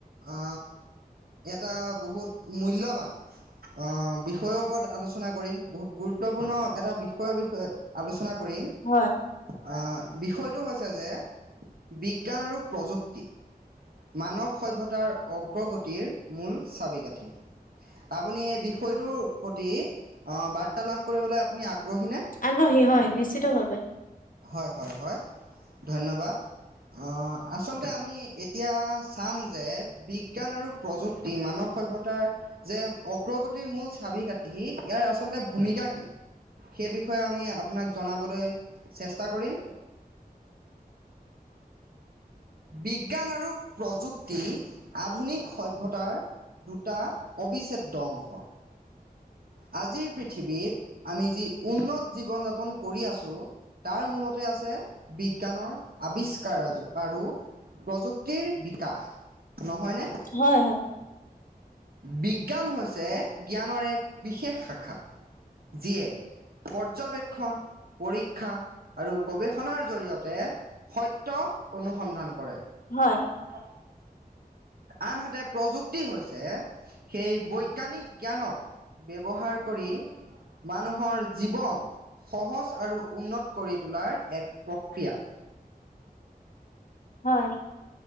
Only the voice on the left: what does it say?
হয়
আগ্ৰহী হয় নিশ্চিতভাৱে।
হয় হয়
হয়
হয়